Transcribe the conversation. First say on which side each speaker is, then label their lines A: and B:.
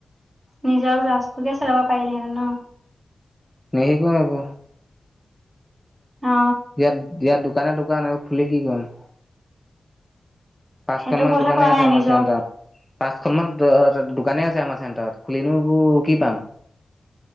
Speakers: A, on the right (about 40°); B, in the centre.
A: নিজৰ ব্লাউজটোকে চিলাব পাৰিলিহেঁতেন ন।
B: নিশিকো আকৌ
A: অ
B: ইয়াত, ইয়াত দোকানে দোকান। খুলি কি কৰিম পাঁচখনমান
A: সেইটো কথা
B: দোকানেই
A: কোৱা
B: আছে
A: নাই
B: আমাৰ
A: নিজৰ
B: চেণ্টাৰত। পাঁচখনমান দোকানেই আছে আমাৰ চেণ্টাৰত, খুলিনো এইবোৰ কি পাম।